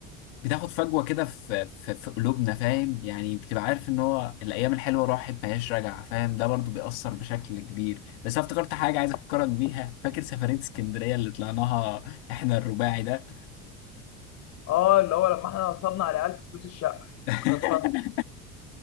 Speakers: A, on the left; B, on the left.
A: بتاخد فجوه كده في في في قلوبنا فاهم يعني بتبقى عارف ان هو الايام الحلوه راحت ما هياش راجعه فاهم ده برضو بيأثر بشكل كبير بس انا افتكرت حاجه عايز افكرك بيها فاكر سفريه اسكندريه اللي طلعناها احنا الرباعي ده
B: اه اللي هو لما احنا نصبنا على عيال في فلوس الشقه
A: <laughs>
B: افتكرتها